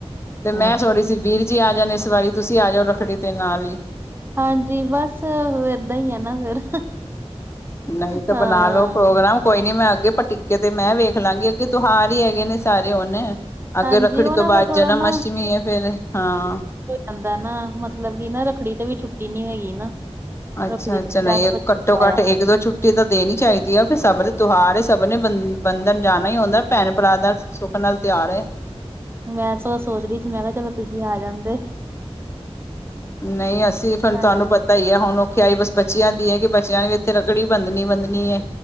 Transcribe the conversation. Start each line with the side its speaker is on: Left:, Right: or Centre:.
Left: ਤੇ ਮੈਂ
Right: ਅੱਛਾ
Left: ਥੋੜੀ ਸੀ ਵੀਰ ਜੀ ਆ ਜਾਣ ਇਸ ਵਾਰੀ ਤੁਸੀਂ ਆ ਜਾਓ ਰੱਖੜੀ ਤੇ ਨਾਲ ਈ।
Right: ਹਾਂਜੀ ਬਸ ਏਦਾਂ ਈ ਆ ਨਾ ਫਿਰ।
Left: ਨਹੀਂ ਤੇ
Right: ਹਾਂ
Left: ਬਣਾ ਲੋ ਪ੍ਰੋਗਰਾਮ ਕੋਈ ਨੀ ਮੈਂ ਅੱਗੇ ਪ ਟੀਕੇ ਤੇ ਮੈਂ ਵੇਖ ਲਾਂਗੀ। ਕਿ ਤੋਹਾਰ ਹੀ ਹੈਗੇ ਨੇ ਸਾਰੇ ਹੁਨ। ਅੱਗੇ
Right: ਹਾਂਜੀ
Left: ਰੱਖੜੀ
Right: ਉਹ
Left: ਤੋਂ
Right: ਨਾ
Left: ਬਾਅਦ
Right: ਥੋੜਾ
Left: ਜਨਮ
Right: ਨਾ
Left: ਅਸ਼ਟਮੀ ਹੈ ਫਿਰ ਹਾਂ।
Right: ਅਂਦਾ ਨਾ ਮਤਲਬ ਕਿ ਨਾ ਰੱਖੜੀ ਤੇ ਵੀ ਛੁੱਟੀ ਨੀ ਹੈਗੀ ਨਾ।
Left: ਅੱਛਾ-ਅੱਛਾ
Right: ਰੱਖੜੀ ਤੇ
Left: ਨਹੀਂ
Right: ਦਸ ਵਜੇ
Left: ਘੱਟੋ
Right: ਆਇਆ
Left: ਘੱਟ ਇੱਕ ਦੋ ਛੁੱਟੀ ਤਾਂ ਦੇਣੀ ਚਾਈਦੀ ਆ ਫਿਰ ਸਭ ਦੇ ਤਹਾਰ ਸਭ ਨੇ ਬੰ ਬੰਧਨ ਜਾਣਾ ਹੀ ਹੁੰਦਾ ਭੈਣ ਭਰਾ ਦਾ ਸੁੱਖ ਨਾਲ ਤਿਹਾਰ ਹੈ।
Right: ਮੈਂ ਇ ਸੋਚ ਸੋਚ ਰਹੀ ਸੀ। ਮੈਂ ਕਿਹਾ ਚਲੋ ਤੁਸੀਂ ਆ ਜਾਂਦੇ।
Left: ਨਹੀਂ ਅਸੀਂ ਫਿਰ
Right: ਹਾਂਜੀ,
Left: ਤੁਆਨੂੰ ਪਤਾ ਪਤਾ ਹੀ ਹੁਣ ਔਖੇ ਆਈ ਬੱਚਿਆਂ ਦੀ ਹੈ ਕਿ ਬੱਚਿਆਂ ਨੇ ਵੀ ਇੱਥੇ ਰਗੜੀ ਬੰਦਣੀ ਬੰਦਣੀਏ।